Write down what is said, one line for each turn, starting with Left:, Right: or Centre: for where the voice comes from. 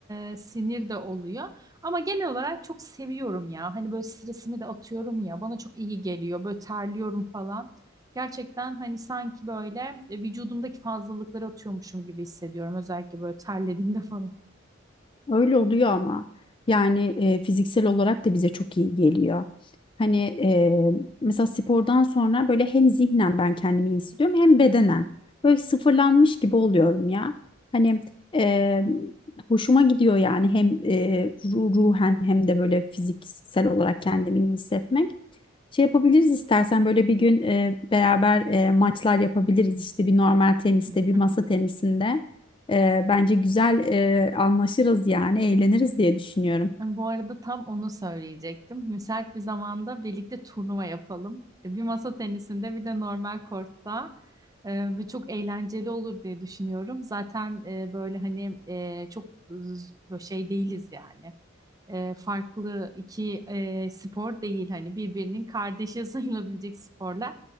Right: e, sinir de oluyor. Ama genel olarak çok seviyorum ya. Hani böyle stresimi de atıyorum ya. Bana çok iyi geliyor. Böyle terliyorum falan. Gerçekten hani sanki böyle e, vücudumdaki fazlalıkları atıyormuşum gibi hissediyorum. Özellikle böyle terlediğimde falan.
Left: Öyle oluyor ama yani e, fiziksel olarak da bize çok iyi geliyor. Hani e, mesela spordan sonra böyle hem zihnen ben kendimi iyi hissediyorum hem bedenen. Böyle sıfırlanmış gibi oluyorum ya. Hani e, hoşuma gidiyor yani hem e, ru- ruhen hem de böyle fiziksel olarak kendimi iyi hissetmek. Şey yapabiliriz istersen böyle bir gün e, beraber e, maçlar yapabiliriz işte bir normal teniste
Right: <laughs>
Left: bir masa tenisinde. E, bence güzel e, anlaşırız yani eğleniriz diye düşünüyorum.
Right: Bu arada tam onu söyleyecektim. Müsait bir zamanda birlikte turnuva yapalım. E, Bir masa tenisinde bir de normal kortta. Ee, ve çok eğlenceli olur diye düşünüyorum. Zaten e, böyle hani e, çok z- böyle şey değiliz yani. E, farklı iki e, spor değil hani birbirinin kardeşi <laughs> sayılabilecek sporlar.